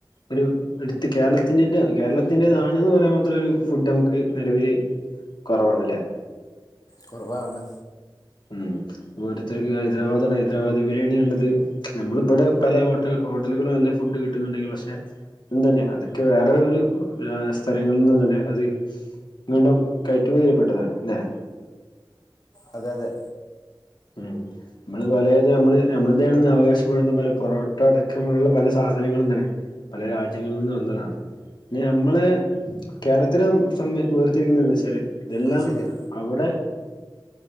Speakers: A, on the left (about 60°); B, on the left (about 45°).
A: ഒരു എടുത്ത് കേരളത്തിന്റെ കേരളത്തിന്റെറേതാണ്ന്ന് പറയാൻ മാത്രം ഒരു ഫുഡ് നമുക്ക് നിലവില് കൊറവാണ് ല്ലേ
B: കൊറവാണ്
A: ഉം ഓരോത്തർക്ക് ഹൈദരാബാദാണ് ഹൈദരാബാദ് ബിരിയാണി ഉള്ളത് നമ്മളിവിടെ പല ഹോട്ട ഹോട്ടലുകളും നല്ല ഫുഡ് കിട്ടുന്നുണ്ടെങ്കി പക്ഷെ എന്തറിയോ അതൊക്കെ വേറെ ഒരു സ്ഥലങ്ങളിൽ നിന്ന് തന്നെ അത് വീണ്ടും കയറ്റുമതി ചെയ്യപ്പെട്ടതാണ് ല്ലേ
B: അതെ അതെ
A: ഉം നമ്മള് പലേത് നമ്മള് നമ്മൾതണെന്ന് അവകാശപ്പെടുന്ന പല പൊറോട്ട അടക്കമുള്ള പല സാധനങ്ങളും തന്നെ പല രാജ്യങ്ങളിൽ നിന്ന് വന്നതാണ് പിന്ന നമ്മള് കേരളത്തിലെ സം ഉയർത്തിരിക്കുന്നന്ന് വച്ചാല് ഇതെല്ലാം
B: അത് ശരിയാ
A: അവിടെ